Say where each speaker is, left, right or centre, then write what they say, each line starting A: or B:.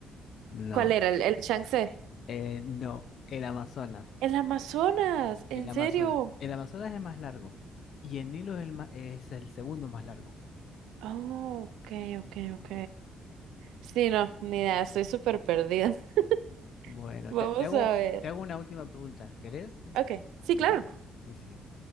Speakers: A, on the right; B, on the left.
A: ¿Cuál
B: No,
A: era? El, el Yangtze.
B: eh, no, el Amazonas,
A: El Amazonas, ¿en
B: el Amazonas,
A: serio?
B: el Amazonas es más largo y el Nilo es el, ma- es el segundo más largo.
A: Oh, ok, ok, ok. Sí, no, ni idea, estoy súper perdida. <laughs>
B: Bueno,
A: Vamos
B: te, te hago,
A: a ver.
B: te hago una última pregunta, ¿querés?
A: Ok, sí,
B: Dale,
A: claro.
B: sí, sí.